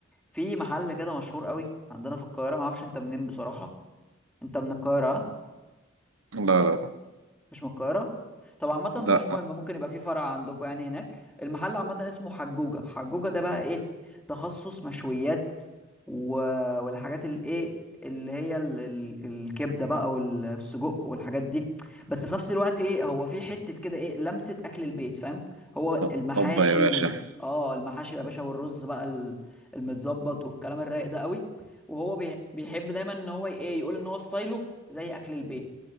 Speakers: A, in the centre; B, on the right (about 90°).
A: في محل كده مشهور قوي عندنا في القاهره ما اعرفش انت منين بصراحه انت من القاهره آه؟
B: لا لا
A: مش من القاهرة طب عامة
B: لا
A: مش مهم ممكن يبقى في فرع عندكم يعني هناك المحل عامة اسمه حجوجة حجوجة ده بقى ايه تخصص مشويات و... والحاجات الايه اللي هي ال... ال... الكبدة بقى والسجق والحاجات دي بس في نفس الوقت ايه هو في حتة كده ايه لمسة أكل البيت فاهم هو
B: لا
A: المحاشي
B: هوبا يا باشا
A: وال اه المحاشي يا باشا والرز بقى ال- المتظبط والكلام الرايق ده قوي وهو بي... بيحب دايما ان هو ايه يقول ان هو ستايله زي أكل البيت